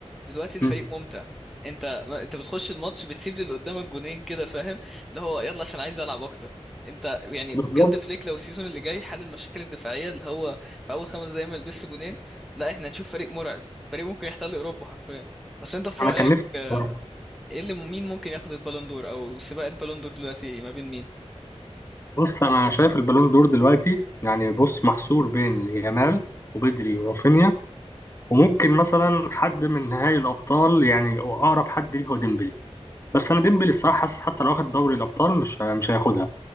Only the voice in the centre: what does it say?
دلوقتي الفريق
ممتع انت ما انت بتخش الماتش بتسيب للي قدامك جونين كده فاهم اللي هو يلا عشان عايز العب اكتر انت يعني
بجد فليك لو السيزون اللي جاي حل المشاكل الدفاعيه اللي هو في اول خمس دقايق ما يلبس جونين لا احنا هنشوف فريق مرعب فريق ممكن يحتل اوروبا حرفيا بس انت في
رايك
اه،
ايه اللي مين ممكن ياخد البالون دور او سباق البالون دور دلوقتي ما بين مين